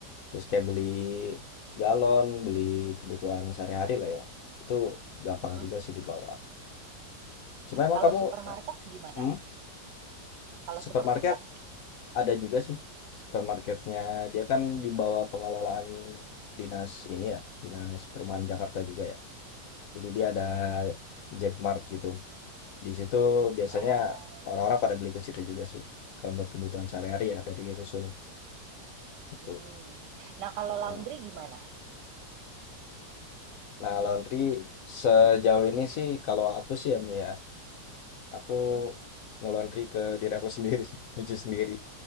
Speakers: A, on the left; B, on the right.
A: terus kayak beli galon, beli kebutuhan sehari-hari lah ya, itu gampang
B: Mhm.
A: juga sih di bawah. Cuma emang
B: Kalau
A: kamu,
B: supermarket
A: eh,
B: gimana?
A: hmm,
B: Kalau
A: supermarket
B: supermarket?
A: ada juga sih, supermarketnya dia kan di bawah pengelolaan dinas ini ya, dinas perumahan Jakarta juga ya. Jadi dia ada
B: Mhm.
A: Jackmart gitu, di situ biasanya
B: Oh.
A: orang-orang pada beli ke situ juga sih, kalau buat kebutuhan sehari-hari ya dari rusun itu.
B: Mhm. Nah, kalau
A: Hmm.
B: laundry gimana?
A: Nah, laundry sejauh ini sih kalau aku sih ya Mia, aku
B: Mhm.
A: nge-laundry ke diri aku sendiri sih, <laughs> nyuci sendiri.